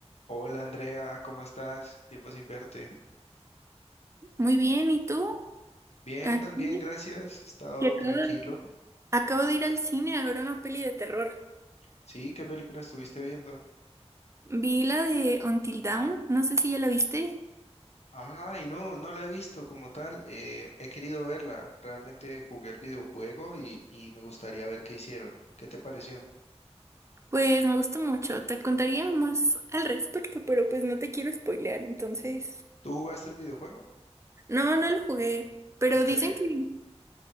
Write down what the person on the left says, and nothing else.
Hola Andrea, ¿cómo estás? Tiempo sin verte.
Bien,
también, gracias. He estado
tranquilo.
Sí, ¿qué película estuviste viendo?
Ay, no, no la he visto como tal. eh, he querido verla. Realmente jugué el videojuego y, y me gustaría ver qué hicieron. ¿Qué te pareció?
¿Tú jugaste el videojuego?
Ok.